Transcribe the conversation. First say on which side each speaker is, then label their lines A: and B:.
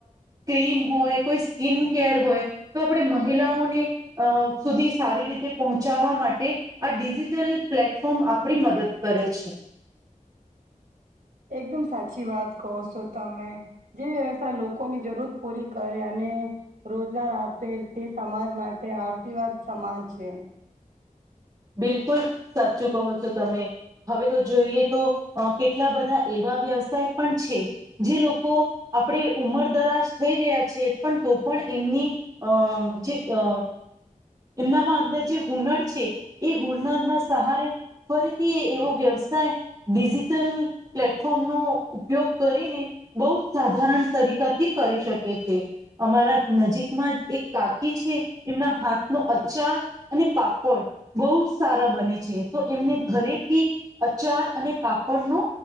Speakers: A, on the right; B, on the right.
A: ક્રીમ હોય, કોઈ સ્કીિન કેર હોય. તો આપણે મહિલાઓને અ સુધી સારી રીતે પહોંચાવા માટે આ ડિજીિટલ પ્લેટફોર્મ આપણી મદદ કરે છે.
B: એકદમ સાચી વાત કહો છો, તમે જે વ્યવથાય લોકોની જરૂર પૂરી કરે અને રોજગાર આપે તે સમાજ માટે આશીર્વાદ સમાન છે.
A: બિલકુલ સાચું કહો છો તમે. હવે તો જોઈએ તો કેટલા બધા એવા વ્યવસાય પણ છે. જે લોકો આપણેે ઉમર દરાજ થઈ ગયા છે પણ, તો પણ, એમની અમ જી અ એમનામાં અંદર જે હુનર છે, એ હુનરના સહારે ફરીથી એવો વ્યવસાય ડિજિટલ પ્લેટફોર્મ નો ઉપયોગ કરીને બહુ સાધારણ તરીકાથી કરી શકે છે. અમારા નજીકમાં જ એક કાકી છે, એમના હાથ નુ અચાર અને પાપડ બહુ જ સારા બને છે, તો એમને ઘરેથી અચાર અને પાપડનો